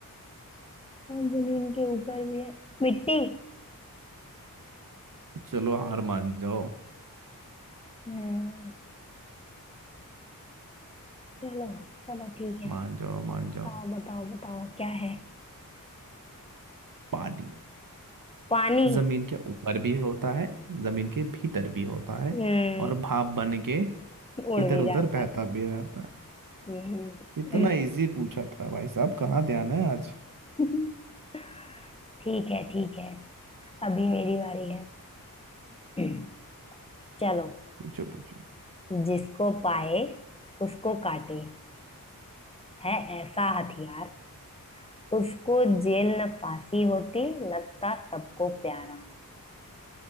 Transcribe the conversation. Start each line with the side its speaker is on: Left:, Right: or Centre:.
Left: जमीन के ऊपर भी है मिट्टी
Right: चलो हार मान जाओ
Left: हम्म चलो चलो ठीक है
Right: मान जाओ मान
Left: बताओ
Right: जाओ
Left: बताओ बताओ क्या है
Right: पानी
Left: पानी
Right: जमीन के ऊपर भी होता है जमीन के भीतर भी होता है
Left: हम्म
Right: और भाप बन के
Left: उड़
Right: इधर
Left: भी
Right: उधर
Left: जाता
Right: बहता
Left: है
Right: भी रहता है
Left: हम्म
Right: इतना इजी पूछा था भाई साहब कहाँ ध्यान है आज
Left: <laughs> ठीक है ठीक है अभी मेरी बारी है <clears throat> चलो
Right: पूछो पूछो
Left: जिसको पाए उसको काटे है ऐसा हथियार उसको जेल न फांसी होती लगता सबको प्यारा